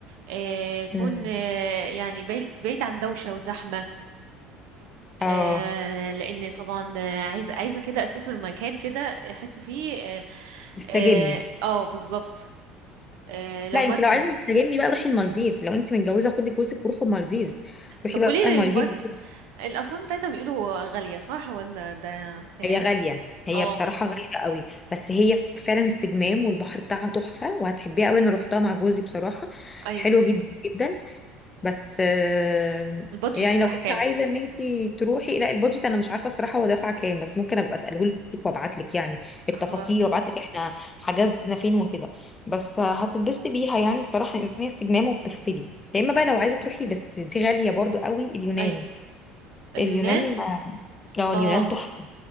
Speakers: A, on the right; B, on the left.
A: آه كون
B: مم.
A: آه يعني بعيد بعيد عن دوشة وزحمة
B: اه
A: آه، لان طبعا آه، عايزه عايزه كده اسافر مكان كده احس فيه اه,
B: استجمي
A: آه آه، بالظبط آه لو
B: لا
A: مثلا
B: انت لو عايزه تستجمي بقى روحي المالديفز لو انت متجوزه خدي جوزك وروحوا المالديفز روحي
A: طب
B: بقى
A: قولي لي
B: المالديفز
A: البط... الاسعار بتاعتها بيقولوا غاليه صح ولا ده كلام
B: هي غاليه هي
A: اه
B: بصراحه غاليه قوي بس هي فعلا استجمام والبحر بتاعها تحفه وهتحبيها قوي انا روحتها مع جوزي بصراحه
A: ايوه
B: حلوه جدا جدا بس آه،
A: البادجت
B: يعني
A: بتاعها
B: لو انت
A: كام
B: عايزه ان انت تروحي لا البادجت انا مش عارفه الصراحه هو دافعه كام بس ممكن ابقى اساله لك وابعت لك يعني التفاصيل
A: خلاص
B: وابعت لك احنا حجزنا فين وكده بس آه، هتتبسطي بيها يعني الصراحه ان هي استجمام وبتفصلي يا اما بقى لو عايزه تروحي بس دي غاليه برضو قوي اليونان
A: ايوه اليونان
B: اليونان اه
A: اه
B: اليونان تحفه